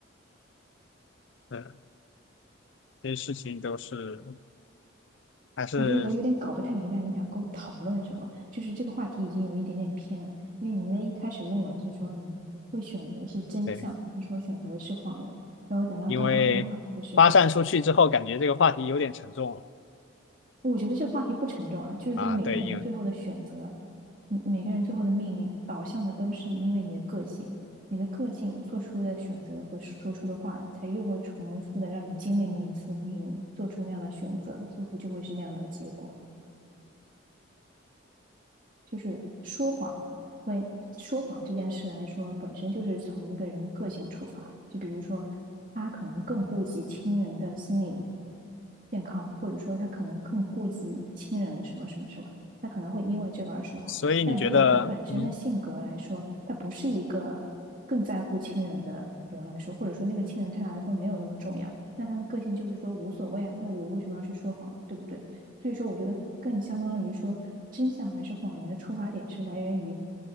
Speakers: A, on the left; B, on the right.
A: 嗯，这些事情都是还是
B: 我觉得我有点搞不太明白你想跟我讨论什么，就是这个话题已经有一点点偏了，因为你那一开始问我的是说你会选择的是真相，
A: 对，
B: 还是说选择的是谎言？然后等到刚刚那个话题的时候，
A: 因为发散出去之后，感觉这个话题有点沉重了
B: 我觉得这个话题不沉重啊，就是说每个人最后的选择，
A: 啊。对，因
B: 嗯每个人最后的命运导向的都是因为你的个性，你的个性做出的选择和说出的话，才又会重复的让你经历那一次的命运，做出那样的选择，最后就会是那样的结果。就是说谎，会说谎这件事来说，本身就是从一个人的个性出发。就比如说，他可能更顾及亲人的心理健康，或者说他可能更顾及亲人的什么什么什么，他可能会因为这个而说谎。
A: 所以你觉得嗯，
B: 但如果他本身的性格来说，他不是一个更在乎亲人的人来说，或者说那个亲人对他来说没有那么重要，那他的个性就是说无所谓啊，那我为什么要去说谎，对不对？所以说，我觉得更相当于说，真相还是谎言的出发点是来源于，